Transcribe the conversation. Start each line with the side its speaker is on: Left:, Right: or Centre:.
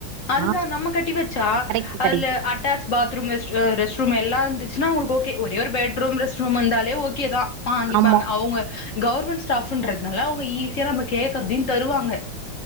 Left: அதுதா
Right: ஆ
Left: நம்ம கட்டி வச்சா
Right: கரெக்ட்
Left: அதுல
Right: கரெக்ட்
Left: அ அட்டேச் பாத்ரூம் வெச் அ ரெஸ்ட் ரூம் எல்லா இருந்துச்சுன்னா அவங்களுக்கு ஓகே ஒரே ஒரு பெட்ரூம் ரெஸ்ட்ரூம் இருந்தாலே ஓகே தா வாங்கிப்பாங்க
Right: ஆமா
Left: அவங்க கவர்மெண்ட் ஸ்டாஃபுன்றதுனால அவங்க ஈஸியா நம்ம கேக்குறதையு தருவாங்க